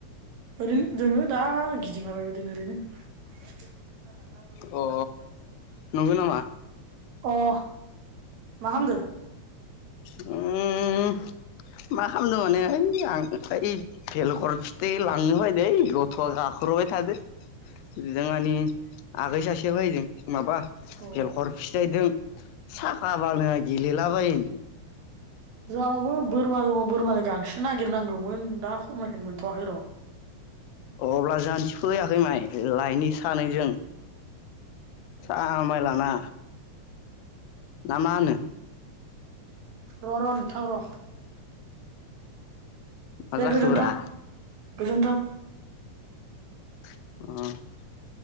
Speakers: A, on the right; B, on the left.
A: ओरैनो दोङो दा गिदिंलाबायबाय दोङो ओरैनो। खोनादोंना ओं
B: अ
A: जागौमोन आरो ना
B: नंगौ नामा
A: <unintelligible> अ मा खामदो?
B: उम। मा खालामदों माने ओइ आं इ बेेलगर फिथाइ लांनो फैदो ओइ गथ'आ गाख्रबबाय थादो जोंहानि आगै सासेया फैदों माबा
A: अ
B: जेलखर फिथाइ दों। साखाबानो गेलेलाबायो।
A: जोंहाबो बोरमा दङ बोरमानो गांसो नागिरनांगौमोन दा खमायखोनो मोनथ'वाखै र।
B: अब्ला जानथिफैयाखै माइ लइनि सानैजों। सा माइ लाना। ना मा होनो?
A: र र नोंथां र।
B: मा
A: दे
B: जाखोब्रा?
A: गोजोन्थों गोजोन्थों।
B: ओ।